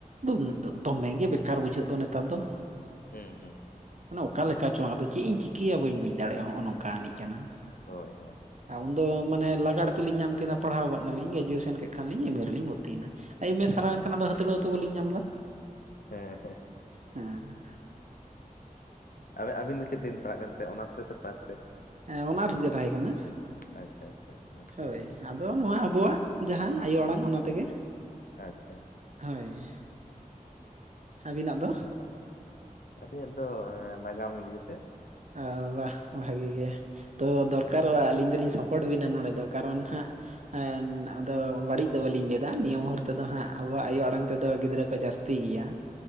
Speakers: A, on the right (about 55°); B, on the left (about 85°).
A: ᱫᱩᱢ
B: ᱟᱪᱪᱷᱟ
A: ᱫᱚᱢᱮ ᱜᱮ ᱵᱮ ᱠᱟᱨ ᱵᱩᱡᱷᱟᱹᱜ ᱫᱚ ᱱᱮᱛᱟᱨ ᱫᱚ᱾
B: ᱦᱩᱸ ᱦᱩᱸ᱾
A: ᱱᱮ ᱚᱠᱟ ᱞᱮᱠᱟ ᱪᱚ ᱟᱫᱚ ᱤᱧ ᱪᱤᱠᱟᱹᱭᱟ ᱵᱟᱹᱧ ᱵᱩᱡ ᱫᱟᱲᱮᱭᱟᱜᱼᱟ, ᱱᱚᱜᱼᱚ ᱱᱚᱝᱠᱟ ᱟᱱᱤᱡ ᱠᱟᱱᱟ᱾
B: ᱦᱳᱭ ᱦᱳᱭ᱾
A: ᱟᱨ ᱩᱱᱫᱚ ᱢᱟᱱᱮ ᱞᱟᱜᱟᱲ ᱛᱮᱞᱤᱧ ᱧᱟᱢ ᱠᱮᱫᱟ ᱯᱟᱲᱦᱟᱣ ᱜᱚᱫ ᱱᱟᱞᱤᱧ ᱜᱨᱮᱡᱩᱭᱮᱥᱮᱱ ᱠᱮᱫ ᱠᱷᱟᱱᱞᱤᱧ ᱮᱢ ᱮ ᱨᱮᱞᱤᱧ ᱵᱷᱚᱨᱛᱤᱭᱮᱱᱟ᱾ ᱮᱢ ᱮ ᱥᱟᱨᱟᱣᱮᱱ
B: ᱦᱮᱸ
A: ᱠᱷᱟᱱ ᱟᱫᱚ ᱦᱟᱹᱛᱲᱟᱹᱣᱛᱮ ᱵᱟᱹᱞᱤᱧ ᱧᱟᱢ ᱮᱫᱟ᱾
B: ᱦᱮᱸ ᱦᱮᱸ᱾
A: ᱦᱮᱸ᱾
B: ᱟᱵᱤ ᱟᱵᱤᱱ ᱫᱚ ᱪᱮᱫ ᱛᱮᱵᱤᱱ ᱯᱟᱲᱦᱟᱜ ᱠᱟᱱ ᱛᱮ ᱚᱱᱟᱥ ᱛᱮ ᱥᱮ ᱯᱷᱟᱥ ᱛᱮ?
A: ᱦᱮᱸ ᱚᱱᱟᱨᱥ ᱜᱮ ᱛᱟᱦᱮᱸ ᱠᱟᱱᱟ
B: ᱟᱪᱪᱷᱟ ᱟᱪᱪᱷᱟ ᱱᱟᱯᱟᱭ
A: ᱦᱳᱭ᱾
B: ᱜᱮ
A: ᱟᱫᱚ ᱱᱚᱣᱟ ᱟᱵᱚᱣᱟᱜ, ᱡᱟᱦᱟᱸ ᱟᱭᱳ ᱟᱲᱟᱝ ᱚᱱᱟ ᱛᱮᱜᱮ᱾
B: ᱟᱪᱪᱷᱟ᱾
A: ᱦᱳᱭ ᱟᱹᱵᱤᱱᱟᱜ ᱫᱚ?
B: ᱟᱹᱞᱤᱧᱟᱜ ᱫᱚ ᱱᱟᱜᱟᱢ ᱤᱫᱤ ᱠᱟᱛᱮ᱾
A: ᱣᱚ ᱵᱟᱷ ᱵᱷᱟᱜᱤ ᱜᱮ᱾ ᱛᱚ ᱫᱚᱨᱠᱟᱨᱚᱜᱼᱟ ᱟᱹᱞᱤᱧ ᱫᱚᱞᱤᱧ ᱥᱟᱯᱳᱴ ᱵᱤᱱᱟ ᱱᱚᱸᱰᱮ ᱫᱚ ᱠᱟᱨᱚᱱ ᱱᱷᱟᱸᱜ, ᱦᱮᱸ ᱟᱫᱚ ᱵᱟᱹᱲᱤᱡ ᱫᱚ ᱵᱟᱞᱤᱧ ᱞᱮᱭ ᱫᱟ ᱱᱤᱭᱟᱹ ᱢᱩᱨ ᱛᱮᱫᱚ
B: ᱦᱮᱸ
A: ᱦᱟᱸᱜ ᱟᱵᱚᱣᱟᱜ ᱟᱭᱳ ᱟᱲᱟᱝ ᱛᱮᱫᱚ ᱜᱤᱫᱽᱨᱟᱹ ᱠᱚ ᱡᱟᱹᱥᱛᱤ ᱜᱮᱭᱟ᱾